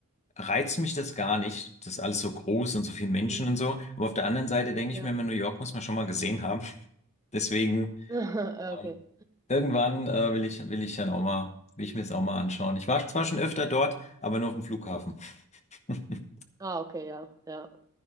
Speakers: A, on the left; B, on the right.
A: reizt mich das gar nicht. Das ist alles so groß und so viele Menschen
B: Mhm.
A: und so. Aber auf der anderen Seite denke
B: Ja.
A: ich mir immer, New York muss man schon mal gesehen haben. <laughs> Deswegen,
B: <laughs>
A: ähm,
B: Okay.
A: irgendwann, äh, will ich, will ich dann auch mal, will ich mir das auch mal anschauen. Ich war zwar schon öfter dort, aber nur auf dem Flughafen. <laughs>
B: Ah, okay, ja, ja.